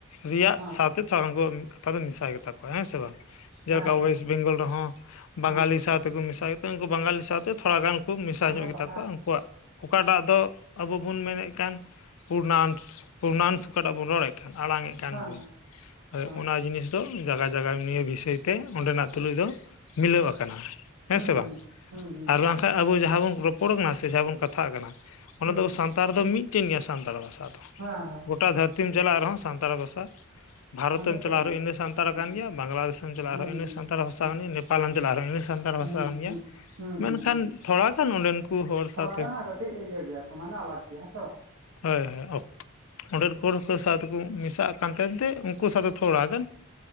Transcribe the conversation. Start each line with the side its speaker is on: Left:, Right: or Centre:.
Left: ᱨᱮᱭᱟᱜ
Right: ᱦᱮᱸ
Left: ᱥᱟᱶᱛᱮ ᱠᱩᱣᱟᱜ ᱢᱤᱫ ᱠᱟᱛᱷᱟ ᱫᱚ ᱢᱮᱥᱟᱭ ᱜᱮ ᱛᱟᱠᱚᱣᱟ ᱦᱮᱸ ᱥᱮ ᱵᱟᱝ <inaudible> ᱡᱮᱞᱮᱠᱟ
Right: ᱦᱮᱸ ᱛᱚ
Left: ᱚᱭᱮᱥᱴ
Right: ᱦᱮᱸ
Left: ᱵᱮᱝᱜᱚᱞ ᱨᱮᱦᱚᱸ ᱵᱟᱝᱜᱟᱞᱤ
Right: ᱦᱮᱸ
Left: ᱥᱟᱶ ᱛᱮ ᱠᱚ ᱢᱮᱥᱟ ᱠᱟᱛᱮ ᱩᱱᱠᱩ ᱵᱟᱝᱜᱟᱞᱤ ᱥᱟᱶ ᱛᱮ ᱛᱷᱚᱲᱟ ᱜᱟᱱ ᱠᱚ ᱢᱮᱥᱟ ᱧᱚᱜ
Right: ᱦᱮᱸ
Left: ᱜᱮᱛᱟ
Right: ᱦᱮᱸ
Left: ᱠᱚᱣᱟ ᱩᱱᱠᱩᱣᱟᱜ ᱚᱠᱟᱴᱟᱜ ᱫᱚ ᱟᱵᱚ ᱵᱚᱱ ᱢᱮᱱᱮᱫ ᱠᱟᱱ <inaudible> ᱯᱩᱨᱱᱟᱸᱱᱥ <inaudible> ᱯᱩᱨᱱᱟᱸᱱᱥ ᱚᱠᱟᱴᱟᱜ ᱵᱚᱱ ᱨᱚᱲᱮᱫ ᱠᱟᱱ ᱟᱲᱟᱝᱮᱫ ᱠᱟᱱ
Right: ᱦᱮᱸ
Left: ᱵᱚᱱ
Right: ᱦᱮᱸ
Left: ᱦᱚᱭ
Right: ᱦᱮᱸ
Left: ᱚᱱᱟ ᱡᱤᱱᱤᱥ ᱫᱚ ᱡᱟᱜᱟ-ᱡᱟᱜᱟ ᱱᱤᱭᱟᱹ ᱵᱤᱥᱚᱭ ᱛᱮ ᱚᱸᱰᱮᱱᱟᱜ ᱛᱩᱞᱩᱡ ᱫᱚ ᱢᱤᱞᱟᱹᱣ ᱟᱠᱟᱱᱟ <inaudible> ᱦᱮᱸ
Right: ᱦᱩᱸ
Left: ᱥᱮ ᱵᱟᱝ
Right: ᱦᱩᱸ
Left: <inaudible>
Right: ᱦᱩᱸ ᱦᱩᱸ
Left: ᱟᱨ ᱵᱟᱝ ᱟᱵᱚ ᱡᱟᱦᱟᱸ ᱵᱚᱱ ᱨᱚᱯᱚᱲ ᱠᱟᱱᱟ ᱥᱮ ᱡᱟᱦᱟᱸ ᱵᱚᱱ ᱠᱟᱛᱷᱟᱜ ᱠᱟᱱᱟ ᱚᱱᱟ
Right: ᱦᱩᱸ
Left: ᱫᱚ ᱥᱟᱱᱛᱟᱲ ᱫᱚ ᱢᱤᱫᱴᱮᱱ ᱜᱮᱭᱟ ᱥᱟᱱᱛᱟᱲ ᱵᱷᱟᱥᱟ ᱫᱚ᱾
Right: ᱦᱮᱸ
Left: ᱜᱳᱴᱟ ᱫᱷᱟᱹᱨᱛᱤᱢ ᱪᱟᱞᱟᱜ ᱨᱮᱦᱚᱸ ᱥᱟᱱᱛᱟᱲ ᱵᱷᱟᱥᱟ ᱵᱷᱟᱨᱚᱛ
Right: ᱦᱮᱸ ᱢᱤᱫᱴᱮᱱ
Left: ᱮᱢ ᱪᱟᱞᱟᱜ
Right: ᱜᱮᱭᱟ
Left: ᱨᱮᱦᱚᱸ ᱤᱱᱟᱹ ᱥᱟᱱᱛᱟᱲ
Right: ᱦᱩᱸ
Left: ᱠᱟᱱ ᱜᱮᱭᱟ, ᱵᱟᱝᱞᱟ ᱫᱮᱥᱚᱢ ᱮᱢ ᱪᱟᱞᱟᱜ
Right: ᱦᱩᱸ
Left: ᱨᱮᱦᱚᱸ ᱤᱱᱟᱹ ᱥᱟᱱᱛᱟᱲ ᱵᱷᱟᱥᱟ
Right: ᱦᱩᱸ
Left: ᱠᱟᱱ ᱜᱮᱭᱟ ᱪᱟᱞᱟᱜ ᱨᱮᱦᱚᱸ ᱥᱟᱱᱛᱟᱲ
Right: ᱦᱩᱸ
Left: ᱵᱷᱟᱥᱟ ᱠᱟᱱ ᱜᱮᱭᱟ
Right: ᱦᱩᱸ ᱦᱩᱸ
Left: ᱢᱮᱱᱠᱷᱟᱱ
Right: ᱦᱩᱸ ᱦᱩᱸ
Left: ᱛᱷᱚᱲᱟ ᱜᱟᱱ ᱚᱸᱰᱮᱱ ᱠᱚ ᱦᱚᱲ ᱥᱟᱶ
Right: <unintelligible> ᱦᱟᱸᱜ ᱠᱟᱹᱴᱤᱡ ᱤᱭᱟᱹ ᱜᱮᱭᱟ ᱥᱟᱢᱟᱱᱱᱚ ᱟᱞᱟᱜ ᱜᱮᱭᱟ ᱦᱮᱸᱥᱮ ᱵᱟᱝ᱾
Left: ᱦᱳᱭ ᱦᱳᱭ ᱚᱠ ᱚᱸᱰᱮᱱ ᱦᱚᱲᱠᱚ ᱥᱟᱶ ᱛᱮᱠᱚ ᱢᱮᱥᱟᱜ ᱠᱟᱱ ᱛᱟᱦᱮᱸ ᱛᱮ ᱩᱱᱠᱩ ᱥᱟᱶᱛᱮ ᱛᱷᱚᱲᱟᱜᱟᱱ